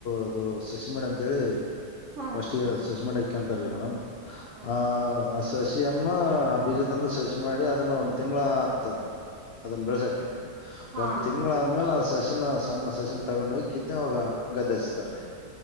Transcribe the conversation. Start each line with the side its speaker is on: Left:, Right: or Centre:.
Left: ಅದು ಸಸಿಮಂಡ ಅಂತೇಳಿ
Right: ಹಾ
Left: ಫಸ್ಟ್
Right: ಹಾ ಹಾ
Left: ಸಸಿಮ ಕಂತ ಮೇಡಮ್
Right: ಹಾ
Left: ಆ ಆ ಸಸಿಯನ್ನ ಆ ಬೀಜ ತಂದು ಸಸಿ ಮಾಡಿ ಅದನ್ನ ಒಂದ್ ತಿಂಗಳ ಆತ ಅದನ್ನ ಬೆಳಸಕ
Right: ಹಾ
Left: ಒಂದ್ ತಿಂಗಳಾದ್ಮೇಲೆ ಸಸಿಿನ ಸಣ್ಣ ಸಸಿನ್ ತಗೊಂಡ್ ಹೋಗಿ ಕತ್ವೋಗ ಗದ್ದಸ್ತಾರೀ